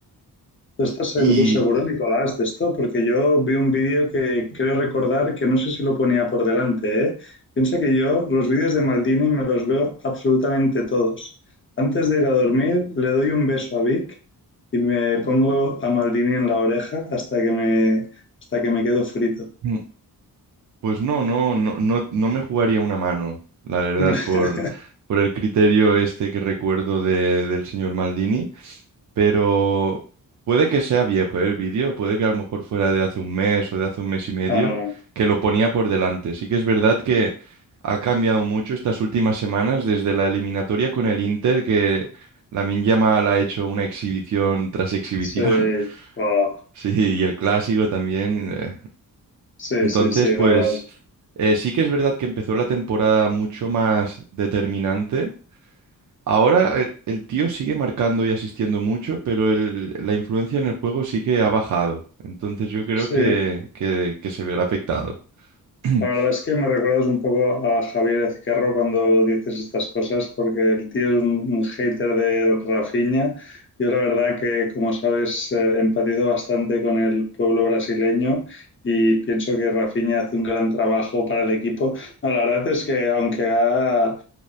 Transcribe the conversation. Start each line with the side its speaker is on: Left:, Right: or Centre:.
Left: ¿Tú estás seguro,
Right: Y
Left: seguro, Nicolás, de esto? Porque yo vi un vídeo que creo recordar que no sé si lo ponía por delante, ¿eh? Piensa que yo los vídeos de Maldini me los veo absolutamente todos. Antes de ir a dormir, le doy un beso a Vic y me pongo a Maldini en la oreja hasta que me, hasta que me quedo frito.
Right: <clears throat> Pues no, no, no, no, no me jugaría una mano, la verdad,
Left: <laughs>
Right: por, por el criterio este que recuerdo de- del señor Maldini, pero puede que sea viejo, ¿eh? el vídeo, puede que a lo mejor fuera de hace un mes o de hace un mes y medio,
Left: Ah,
Right: que lo ponía por delante. Sí que es verdad que ha cambiado mucho estas últimas semanas desde la eliminatoria con el Inter, que Lamine Yamal ha hecho una exhibición tras exhibición,
Left: sí,
Right: <laughs>
Left: ah,
Right: sí, y el clásico también. eh,
Left: sí,
Right: entonces,
Left: sí, sí,
Right: pues
Left: la verdad.
Right: eh, sí que es verdad que empezó la temporada mucho más determinante. Ahora el, el tío sigue marcando y asistiendo mucho, pero el- la influencia en el juego sí que ha bajado. Entonces yo creo
Left: Sí,
Right: que, que, que se verá afectado. <clears throat>
Left: La verdad es que me recuerdas un poco a Javier Ezquerro cuando dices estas cosas, porque el tío es un, un hater de Rafinha. Yo la verdad que, como sabes, eh, empatizo bastante con el pueblo brasileño y pienso que Rafinha hace un gran trabajo para el equipo. No, la verdad es que aunque ha,